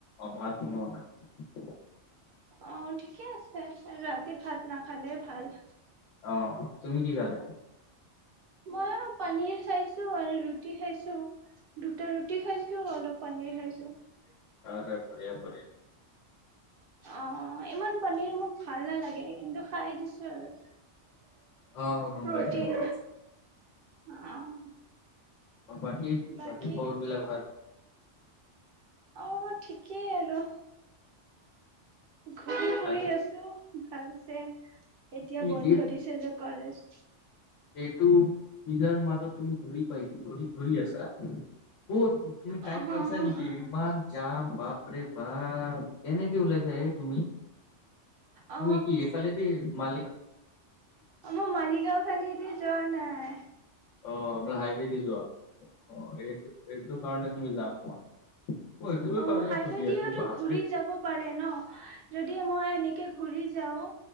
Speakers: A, on the left; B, on the right.
A: অ' ভাত বনোৱা নাই।
B: অ' ঠিকে আছে ৰাতি ভাত নাখালে ভাল।
A: অ' তুমি কি খালে?
B: মই পনীৰ খাইছো আৰু ৰুটি খাইছো। দুটা ৰুটি খাইছো অলপ পনীৰ খাইছো। উ <unintelligible>
A: আ' বঢ়িযা-বঢ়িযা,
B: অ' ইমান পনীৰ মোক ভাল নালাগে কিন্তু খাই দিছো আৰু।
A: অ' গম
B: প্ৰটিন
A: পাইছো গম পাইছো।
B: অ',
A: বাকী-বাকী
B: বাকী
A: খবৰ বিলাক ভাল?
B: অ', ঠিকেই আৰু। ঘূৰি ফুৰি
A: আৰু
B: আছো। ভালছে। এতিয়া
A: কি
B: বন্ধ
A: এই
B: দিছে যে কলেজ।
A: এইটো নিজৰ মাজত তুমি ঘূৰি ঘূৰি-ঘূৰি আছা। কত তুমি টাইম
B: অহ
A: পাইছা নেকি ইমান যাম? বাপৰে-বাপ কেনেকে ওলাইছা হে তুমি?
B: অ
A: তুমি কি এইফালেদি মালি
B: আমাৰ মালিগাঁও ফালেদি যোৱা নাই।
A: অ', নে হাইৱেদি যোৱা অ' এইটো-এইটো কাৰণে, তুমি যাম পোৱা। মই এইটোৰ
B: অ'
A: কাৰণে
B: হাইৱেডিতো
A: সুধি আছো বাপৰে
B: ঘূৰি যাব পাৰে ন যদি মই এনেকে ঘুৰি যাও।